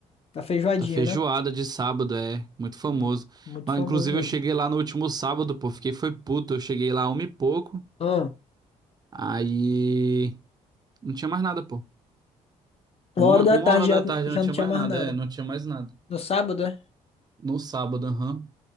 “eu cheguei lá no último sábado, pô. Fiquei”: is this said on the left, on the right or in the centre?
Right